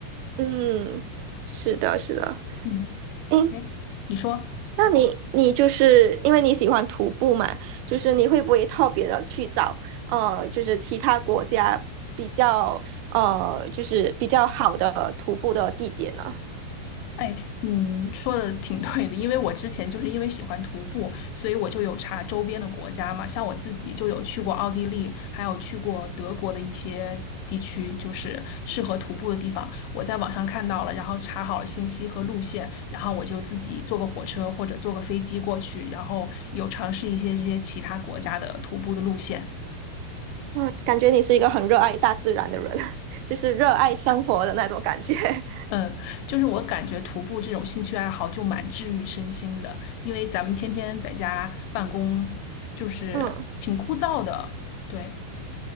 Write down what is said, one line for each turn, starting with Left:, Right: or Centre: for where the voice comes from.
Right: 嗯，是的，是的。
Left: 嗯，
Right: 诶，
Left: 哎，你说。
Right: 那你你就是因为你喜欢徒步嘛，就是你会不会特别的去找呃，就是其他国家比较呃，就是比较好的徒步的地点呢？
Left: 哎，你说的挺对的，因为我之前就是因为喜欢徒步，所以我就有查周边的国家嘛，像我自己就有去过奥地利，还有去过德国的一些地区，就是适合徒步的地方。我在网上看到了，然后查好了信息和路线，然后我就自己坐个火车或者坐个飞机过去，然后有尝试一些这些其他国家的徒步的路线。
Right: 嗯，感觉你是一个很热爱大自然的人，<laughs> 就是热爱生活的那种感觉。<laughs>
Left: 嗯，就是我感觉徒步这种兴趣爱好就蛮治愈身心的，因为咱们天天在家办公，就是挺枯燥的。
Right: 嗯。
Left: 对，